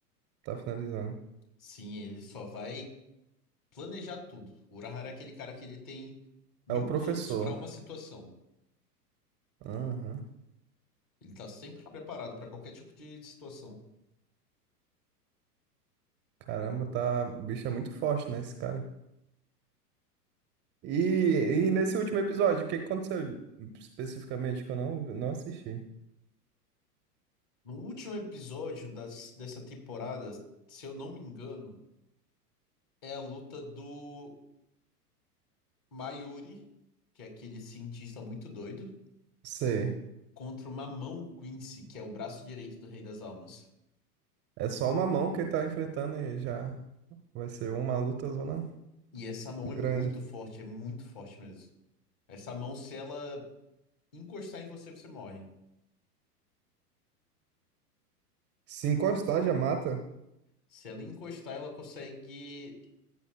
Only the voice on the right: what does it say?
tá finalizando.
É o professor.
Aham.
Caramba, tá. O bicho é muito forte, né, esse cara? E, e nesse último episódio, o que aconteceu especificamente que eu não, não assisti?
Sei.
É só uma mão que ele tá enfrentando e já vai ser uma luta zona
grande.
Se encostar, já mata.